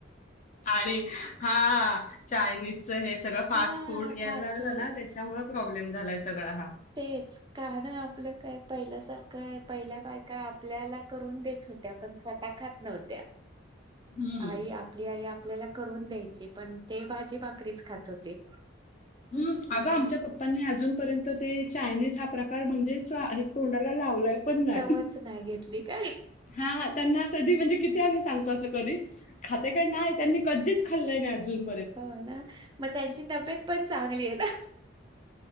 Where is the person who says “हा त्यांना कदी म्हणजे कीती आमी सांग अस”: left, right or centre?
Left